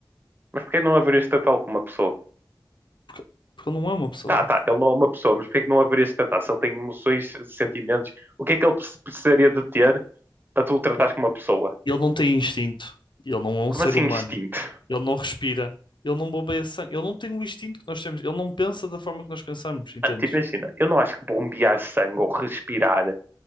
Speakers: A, on the right (about 25°); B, on the left (about 80°).
A: Mas porquê não haverias de tratá-lo como uma pessoa?
B: Porque, porque ele não é uma pessoa.
A: Tá, tá, ele não é uma pessoa, mas porquê que não haverias de tratar? Se ele tem emoções, sentimentos, o que é que ele preci- precisaria de ter para tu o tratares como uma pessoa?
B: Ele não tem instinto. Ele não é
A: Como
B: um ser
A: assim
B: humano.
A: instinto?
B: Ele não respira, ele não bombeia sangue, ele não tem o instinto que nós temos, ele não pensa da forma que nós pensamos, entendes?
A: Mano, Tipo, imagina, eu não acho que bombear sangue ou respirar,